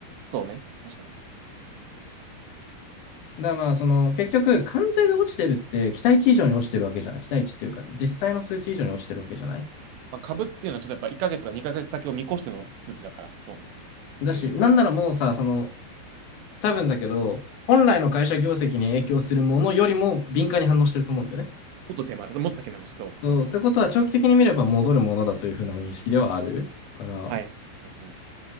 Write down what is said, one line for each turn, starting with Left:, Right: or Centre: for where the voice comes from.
Right: そうね。確かに。
Left: だまあ、その、結局、関税で落ちてるって、期待値以上に落ちてるわけじゃん。期待値っていうか、実際の数値以上に落ちてるわけじゃない。
Right: まあ、株っていうのはちょっとやっぱ1ヶ月とか2ヶ月先を見越しての数値だから、そうね。
Left: だし、
Right: うん。
Left: なんならもうさ、その、多分だけど、本来の会社業績に影響するものよりも敏感に反応してると思うんだよね。
Right: もっと手前、そうもっと先の話、そうそうそう。
Left: そうってことは長期的に見れば戻るものだというふうな認識ではあるから、
Right: はい。はいはい